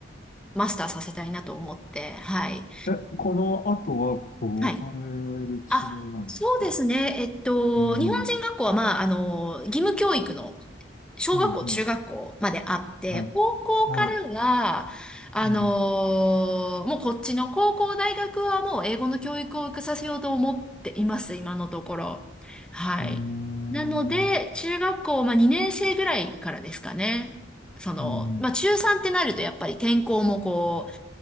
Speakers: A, in the centre; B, on the left.
A: マスターさせたいなと思って、はい。
B: え、この後はどうされるつもりなんですか
A: はい。あ、そうですね。えっと、
B: うん、
A: 日本人学校は、まあ、あの、義務教育の小学校、
B: うん、うん、
A: 中学校まであって、
B: はい、
A: 高校からが、
B: はい、
A: あのもうこっちの高校、
B: うん、
A: 大学はもう英語の教育を受けさせようと思っています、今のところ。はい。
B: うーん、
A: なので、中学校、まあ、2年生ぐらいからですかね。その、
B: うん、
A: まあ、中3ってなるとやっぱり転校もこう、